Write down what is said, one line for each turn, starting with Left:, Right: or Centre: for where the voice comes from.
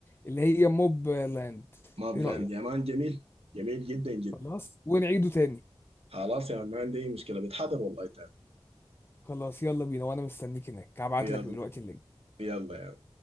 Left: اللي هي موب لاند
Right: ما بلان
Left: ايه رايك
Right: يا مان جميل جميل جدا جدا
Left: خلاص ونعيده تاني
Right: خلاص يا مان ما عندي أي مشكلة بتحضر والله تاني
Left: خلاص يلا بينا وانا مستنيك هناك هبعت
Right: يلا
Left: لك دلوقتي اللينك
Right: يلا